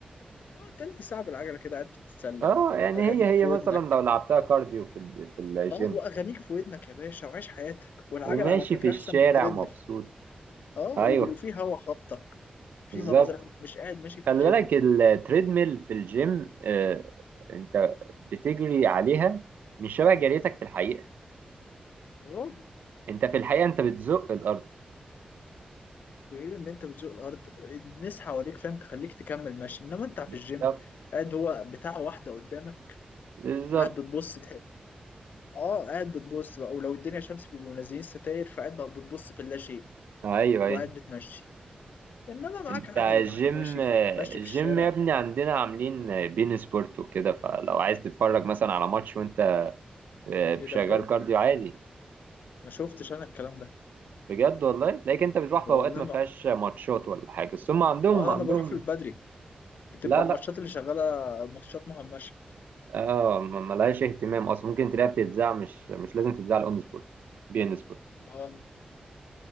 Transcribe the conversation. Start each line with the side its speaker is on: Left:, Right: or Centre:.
Left: اه تلت ساعه بالعجله كده قاعد تتسلى
Right: اه يعني
Left: اغانيك
Right: هي هي
Left: في
Right: مثلا
Left: ودنك
Right: لو لعبتها كارديو في ال... في الجيم
Left: اه واغانيك في ودنك يا باشا وعيش حياتك والعجله
Right: وماشي
Left: على فكره
Right: في الشارع
Left: احسن من التريدميل
Right: مبسوط
Left: اه
Right: ايوه
Left: وب- وفي هوا خبطك في
Right: بالظبط
Left: مناظر مش قاعد ماشي في
Right: خلي
Left: الجيم
Right: بالك التريدميل في الجيم آه، انت بتجري عليها مش شبه جريتك في الحقيقة
Left: اه
Right: انت في الحقيقة انت بتزق الارض
Left: غير ان انت بتزوق الارض الناس حواليك فاهم تخليك تكمل ماشي انما انت في
Right: بالظبط
Left: الجيم قاعد هو بتاع واحده قدامك
Right: بالظبط
Left: قاعد بتبص اه قاعد بتبص بقى ولو الدنيا شمس بيبقوا منزلين ستاير فقاعد بقى بتبص في اللاشيء
Right: ايوه
Left: وقاعد
Right: ايوه
Left: بتمشي انما معاك
Right: انت
Left: عجله
Right: الجيم
Left: معاك ماشي
Right: آه،
Left: في ماشي
Right: الجيم
Left: في الشارع
Right: يا ابني عندنا عاملين آه، بين سبورت وكده فلو عايز تتفرج مثلا على ماتش وانت آه،
Left: ايه
Right: شغال
Left: ده بجد
Right: كارديو عادي
Left: ما شفتش انا الكلام ده
Right: بجد والله تلاقيك انت بتروح
Left: والله
Right: في اوقات ما
Left: ما
Right: فيهاش ماتشات ولا حاجة بس هم عندهم
Left: اه
Right: عندهم
Left: انا بروح في البدري بتبقى
Right: لا لا
Left: الماتشات اللي شغاله ماتشات مهمشه
Right: اه ما- ملهاش اهتمام اصلا ممكن تلاقيها بتتذاع مش مش لازم تتذاع على اون سبورت بي ان سبورت
Left: اه